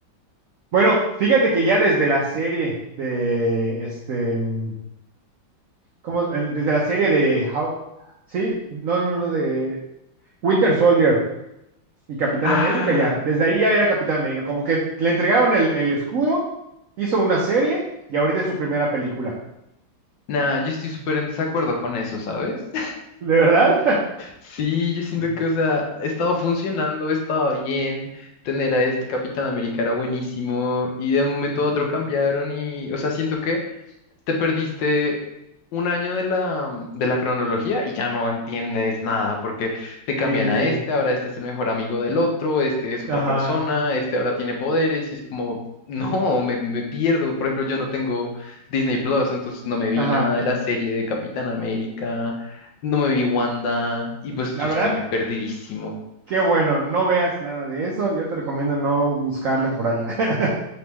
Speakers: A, on the right; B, on the left.
A: Bueno, fíjate que ya desde la serie de este, mm, ¿cómo? Eh, Desde la serie de How, sí, no, no, no, de Winter Soldier. y Capitán
B: Ah,
A: América, ya. Desde ahí ya era Capitán América. Como que le entregaron el, el escudo, hizo una serie y ahorita es su primera película.
B: nada, yo estoy súper en desacuerdo con eso, ¿sabes?
A: ¿De verdad?
B: Sí, yo siento
A: <laughs>
B: que, o sea, estaba funcionando, estaba bien, tener a este Capitán América era buenísimo y de un momento
A: Ujú.
B: a otro cambiaron y, o sea, siento que te perdiste un año de la, de la cronología y ya no entiendes nada porque te cambian
A: Sí,
B: a
A: sí.
B: este, ahora este es el mejor amigo del otro, este es otra
A: Ajá,
B: persona, este ahora tiene poderes y es como, <laughs> no, me, me pierdo. Por ejemplo, yo no tengo Disney Plus, entonces no me vi
A: ajá.
B: nada de la serie de Capitán América. No me vi Wanda y pues
A: La
B: yo
A: verdad,
B: estoy perdidísimo.
A: qué bueno. No veas nada de eso. Yo te recomiendo no buscarle por allá. <laughs>